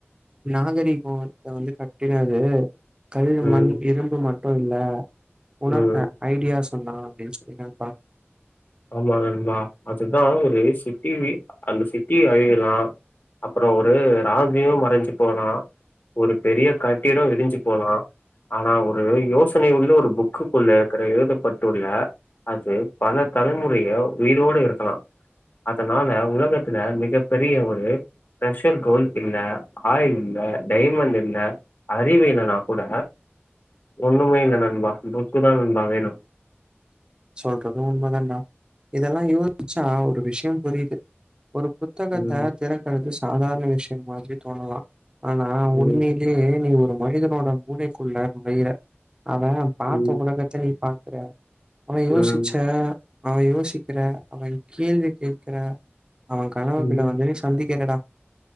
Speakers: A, on the right; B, on the left.
A: நாகரீகோ இத வந்து கட்டினது கல்
B: ம் ம்
A: மண் இரும்பு மற் மட்டு இல்ல உனர்
B: ம்
A: ன ஐடியாஸ் சொன்னா அப்படின்னு சொல்லி நண்பா
B: ஆமா நண்பா அதுதா ஒரு சிட்டி அந்த சிட்டி அழியலா அப்புற ஒரு நாகரிக மறைஞ்சு போலா ஒரு பெரிய கட்டிட இடிஞ்சு போலா ஆனா ஒரு யோச னை உள்ள ஒரு புக்கு குள்ள ஒரு எழுதப்பட்டுள்ள அது பணத் தலைமுறைய உயிரோட இருக்கலா அதனால உலகத்துல மிகப்பெரிய ஒரு ட்ரெஷர் கோல்ட் இல்ல ஆயில் இல்ல டைமண்ட் இல்ல அறிவு இல்லைன்னா கூட ஒண்ணுமே இல்ல நண்பா புக்குதா நண்பா வேணு
A: சொல்றதும் உண்மதாண்டா இதெல்லா யோசிச்சா ஒரு விஷயம் புரியுது ஒருப் புத்தகத்த
B: ம்,
A: திறக்கறது சாதாரண விஷயம் மாதிரி தோணுலா ஆனா
B: ம்,
A: உண்மையிலயே நீ ஒரும் மனிதனோட மூளைக்குள்ள நுழையிற அவ பாத்த
B: ம்,
A: உலகத்த நீ பாத் ர அவ
B: ம்,
A: யோசிச்ச அவ யோசிக்கிற அவன் கேள்வி கேட்கிற அவ கனவுகுள்ள
B: ம்,
A: வந்து நீ சந்திக்கிறடா